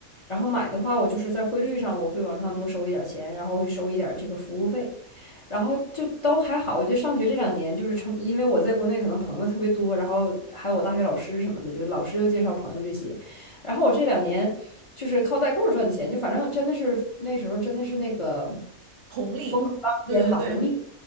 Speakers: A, on the left; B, on the right.
A: 然后买的话，我就是在汇率上我会往上多收一点儿钱，然后会收一点儿这个服务费，然后就都还好。我觉得上学这两年就是成，因为我在国内可能朋友特别多，然后还有我大学老师什么的，就是老师又介绍朋友这些，然后我这两年就是靠代购赚的钱，就反正真的是那时候真的是那个
B: 红利，
A: 风口浪尖吧，
B: 对对对，
A: 红利。